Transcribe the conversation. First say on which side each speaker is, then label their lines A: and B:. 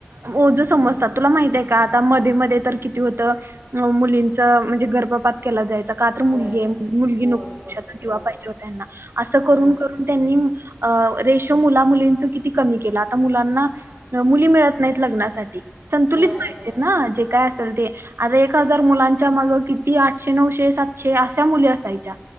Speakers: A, on the right (about 80°); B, on the right (about 45°).
A: ओजं समजतात तुला माहिते का आता मध्ये मध्ये तर किती होतं मुलींच म्हणजे गर्भपात केला जायचा का तर मुलगी
B: होय अगं
A: आहे. म्हणून मुलगी
B: होय
A: नको. वंशाचा
B: बरोबर
A: दिवा
B: बरोबर
A: पाहिजे होत त्यांना. असं करून
B: होय
A: करून, त्यांनी रेशो मुला मुलींच किती कमी केला आता मुलांना मुली मिळत नाहीत लग्नासाठी. संतुलित
B: होय अगं
A: पाहिजे
B: बरोबर
A: ना जे काय असेल ते आता एक हजार मुलांच्या माग किती आठशे, नऊशे, सातशे अशा मुली असायच्या.